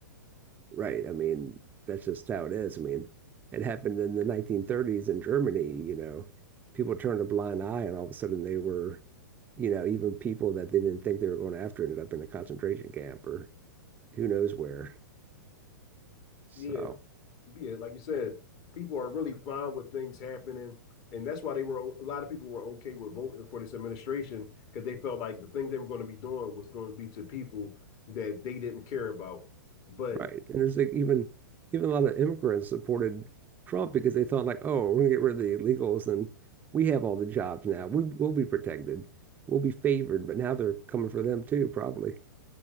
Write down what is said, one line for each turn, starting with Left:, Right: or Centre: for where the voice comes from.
Right: Right. I mean, that's just how it is. I mean, it happened in the 1930s in Germany, you know, people turned a blind eye and all of a sudden they were, you know, even people that they didn't think they were going after ended up in a concentration camp or who knows where. So,
Left: Yeah, yeah, like you said, people are really fine with things happening, and that's why they were a lot of people were okay with voting for this administration because they felt like the thing they were going to be doing was going to be to people that they didn't care about. But
Right: right. And there's like even even a lot of immigrants supported Trump because they thought like, oh, we're gonna get rid of the illegals and we have all the jobs now. We we'll be protected. We'll be favored, but now they're coming for them too, probably.